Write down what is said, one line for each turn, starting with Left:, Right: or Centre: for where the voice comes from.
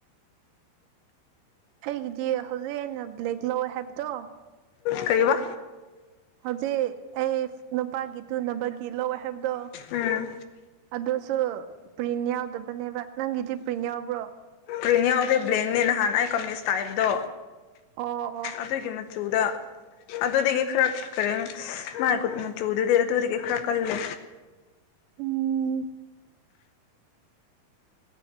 Right: ꯑꯩꯒꯤꯗꯤ ꯍꯧꯖꯤꯛ ꯑꯩꯅ ꯕ꯭ꯂꯦꯛ ꯂꯧꯋꯦ ꯍꯥꯏꯕꯗꯣ
Left: ꯀꯔꯤꯕ
Right: ꯍꯧꯖꯤꯛ ꯑꯩ ꯅꯨꯄꯥꯒꯤ ꯇꯨꯅꯕꯒꯤ ꯂꯧꯋꯦ ꯍꯥꯏꯕꯗꯣ
Left: ꯎꯝ
Right: ꯑꯗꯨꯁꯨ ꯄ꯭ꯔꯤꯟ ꯌꯥꯎꯗꯕꯅꯦꯕ ꯅꯪꯒꯤꯗꯤ ꯄ꯭ꯔꯤꯟ ꯌꯥꯎꯕ꯭ꯔꯣ
Left: ꯄ꯭ꯔꯤꯟ ꯌꯥꯎꯗꯦ ꯕ꯭ꯂꯦꯡꯅꯦ ꯅꯍꯥꯟ ꯑꯩ <unintelligible> ꯀꯥꯏꯕꯗꯣ
Right: ꯑꯣ ꯑꯣ
Left: ꯑꯗꯨꯒꯤ ꯃꯆꯨꯗ ꯑꯗꯨꯗꯒꯤ ꯈꯔ ꯃꯥꯏ ꯃꯆꯨꯗꯨꯗꯤ ꯑꯗꯨꯗꯒꯤ ꯈꯔ ꯀꯜꯂꯦ
Right: ꯎꯝ